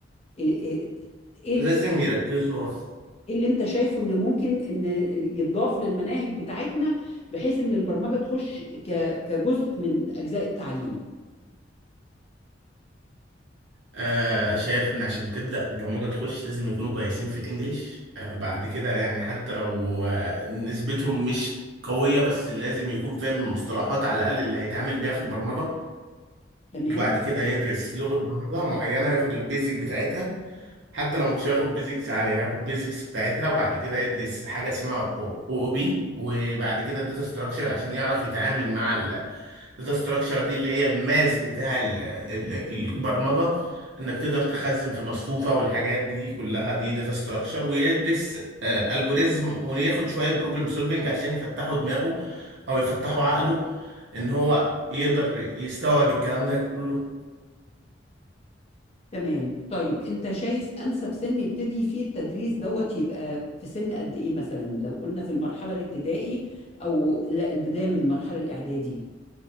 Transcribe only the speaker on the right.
لازم
يركزوا
آه شايف ان عشان تبدأ برمجة تخش لازم يكونوا كويسين في الانجليش آه بعد كده يعني حتى لو آه نسبتهم مش قوية بس لازم يكون فاهم المصطلحات على الأقل اللي هيتعامل بيها في البرمجة
وبعد كده يدرس لغة برمجة معينة ياخد البيزك بتاعتها حتى لو مش هياخد بيزكس عالية هياخد بيزكس بتاعتها وبعد كده يدرس حاجة اسمها او او بي وبعد كده الداتا ستراكشر عشان يعرف يتعامل مع الداتا ستراكشر دي اللي هي الماس بتاع ال- ال- البرمجة انك تقدر تخزن في مصفوفة والحاجات دي كلها دي داتا ستراكشر ويدرس الجوريزم وياخد شوية بروبلم سولفنج عشان يفتحوا دماغه او يفتحوا عقله ان هو يقدر يستوعب الكلام ده كله